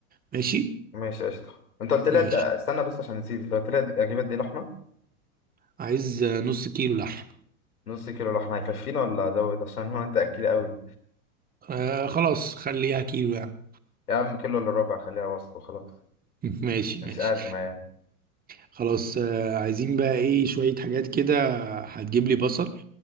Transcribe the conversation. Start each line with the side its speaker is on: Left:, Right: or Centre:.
Right: ماشي
Left: ماشي قشطه انت قلت لي
Right: ماشي
Left: أد- استنى بس عشان نسيت انت قلت لي أد- اجيب قد ايه لحمه
Right: عايز آه، نص كيلو لحم
Left: نص كيلو لحمه هيكفينا ولا ازود عشان هو انت اكيل قوي
Right: آه خلاص خليها كيلو يعني
Left: يا عم كيلو الا ربع خليها وسط وخلاص
Right: <laughs> ماشي
Left: مش
Right: ماشي
Left: ازمه يعني
Right: خلاص آه عايزين بقى ايه شوية حاجات كده هتجيب لي بصل